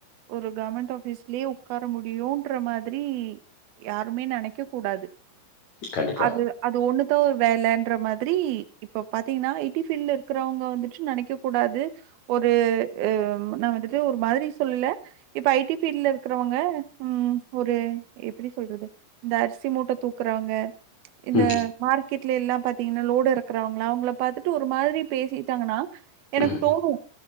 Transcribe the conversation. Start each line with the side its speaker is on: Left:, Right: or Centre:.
Right: ஒரு கவர்மெண்ட் ஆபிஸ்லயே உட்கார முடியும்ன்ற மாரி யாருமே நினைக்க கூடாது
Left: கண்டிப்பா.
Right: அது அது ஒண்ணுதா ஒரு வேலைன்ற மாதிரி ரி இப்ப பாத்தீங்கன்னா ஐடி பபீல்டல இருக்கிறவங்க வந்துட்டு நினைக்க கூடாது ஒரு அஹ் நான் வந்துட்டு ஒரு மாதிரி சொல்லல இப்ப ஐடி பபீல்ட்ல இருக்கிறவங்க ம் ஒரு எப்படி சொல்றது இந்த அரிசி மூட்டை தூக்குறவங்க இந்த
Left: ம்ஹ்ம்.
Right: மார்க்கெட் வீல எல்லா பாத்தீங்கன்னா லோடு எருக்கிறாவங்களா அவங்களளை பாத்துட்டு ஒரு மாதிரி பேசிட்டாங்கன்னா எனக்கு
Left: ம்ஹ்ம்.
Right: தோணு